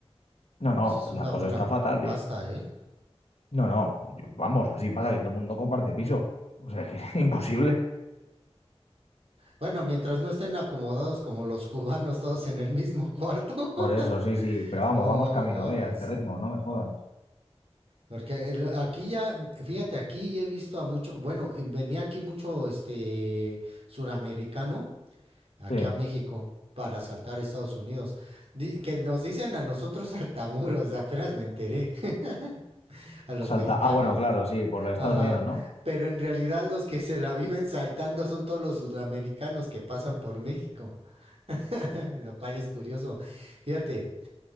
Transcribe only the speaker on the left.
No,
no,
la
cosa está fatal,
tío.
No, no, yo- vamos, así pasa que todo el mundo comparte piso. O sea, que es <laughs> imposible.
Por eso, sí, sí. Pero vamos,
vamos camino
de a este ritmo, no me jodas.
Sí.
Salta.
Ah, bueno, claro, sí, por los Estados
Unidos, ¿no?